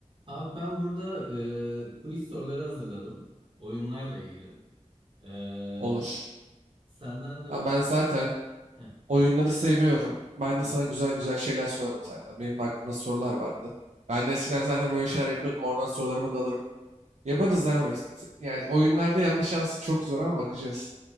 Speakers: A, on the right (about 45°); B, on the right (about 70°).
A: Abi ben burada e, quiz soruları hazırladım. Oyunlarla ilgili. E,
B: Olur.
A: senden de
B: Ha,
A: böyle
B: ben zaten
A: bir... Heh,
B: oyunları seviyorum. Ben
A: hı
B: de sana
A: hı.
B: güzel güzel şeyler sorarım zaten. Benim de aklımda sorular vardı. Ben de eskiden zaten böyle şeyler yapıyordum. Oradan sorularımı da alırım. Yaparız abi. S- Yani oyunlarda yenme şansı çok zor ama bakacağız.